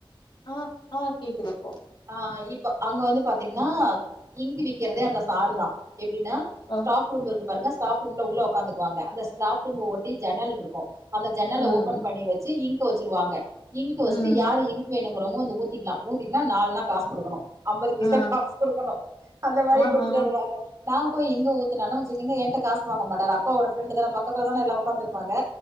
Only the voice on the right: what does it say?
ஆ இப்போ அங்க வந்து பாத்தீங்கன்னா இங்கு விக்கிறதே அந்த சாறு தா எப்படின்னா
ஸ்டாப் ரூம் இருக்கு பாருங்க ஸ்டாப் ரூம்ல உள்ள உட்காந்துக்குவாங்க அந்த ஸாப் ரூம் ஒட்டி ஜனல் இருக்கு அந்த ஜன்னல்ல
ஓபன் பண்ணி வச்சு இங்க் வச்சுருவாங்க இங்க் வச்சு
யரு இங்க் வேணு இங்க் வந்து ஊத்திக்கலா ஊத்திக்கா நாலநா காசுடுக்கணும் ஐம்பது பீசா
காசு குடுக்கணும் அந்த மாரி
குடுத்துட்டு வருவாங்க நான் போய் இங்க் ஊத்துனாலும் காச வாங்க மாட்டார் அப்பாவ ஒடா பிரண்ட் தான பக்கத்துன எல்ல உக்கா அங்க